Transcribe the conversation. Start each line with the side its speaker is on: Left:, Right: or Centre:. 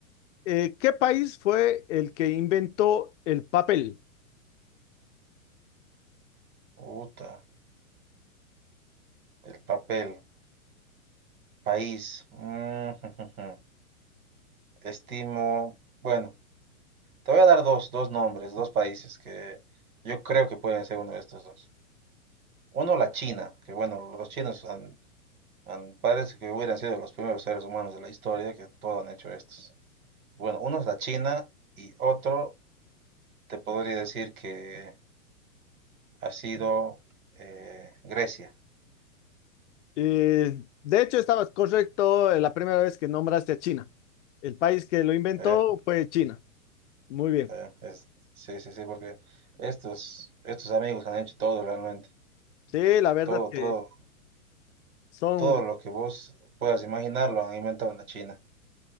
Left: eh, ¿qué país fue el que inventó el papel?
Right: Uta, el papel. País. Mm, <laughs> Estimo, bueno, te voy a dar dos, dos nombres, dos países que yo creo que pueden ser uno de estos dos. Uno, la China, que bueno, los chinos han, han- parece que hubieran sido los primeros seres humanos de la historia que todo han hecho estos. Bueno, uno es la China y otro te podría decir que ha sido eh, Grecia.
Left: Eh, de hecho, estabas correcto eh, la primera vez que nombraste a China. El país que lo inventó
Right: Eh,
Left: fue China. Muy bien.
Right: eh, es- sí, sí, sí, porque estos, estos amigos han hecho todo realmente,
Left: Sí, la verdad
Right: todo,
Left: que
Right: todo,
Left: son,
Right: todo lo que vos puedas imaginar lo han inventado en la China.